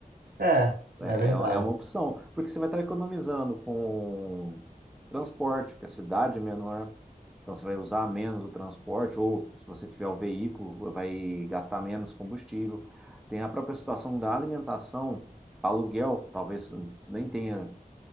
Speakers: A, on the right; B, in the centre.
A: É,
B: É,
A: é verdade.
B: é é uma opção, porque você vai estar economizando com transporte, porque a cidade é menor, então você vai usar menos o transporte, ou se você tiver o veículo, vai gastar menos combustível. Tem a própria situação da alimentação, aluguel, talvez você nem tenha